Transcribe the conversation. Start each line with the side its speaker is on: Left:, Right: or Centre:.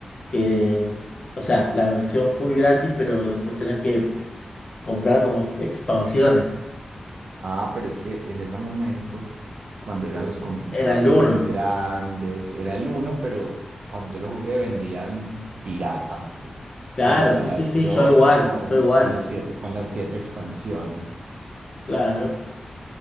Left: que, o sea, la versión full gratis, pero después tenés que comprar como <laughs> expansiones.
Right: Ah, pero es que en ese momento, cuando eran los computadores
Left: Era el uno.
Right: así grandes, era el uno, pero cuando yo lo jugué vendían pirata
Left: Claro,
Right: la instalación
Left: sí, sí, sí, yo igual,
Right: con,
Left: yo igual,
Right: con las siete, con las siete expansiones.
Left: claro.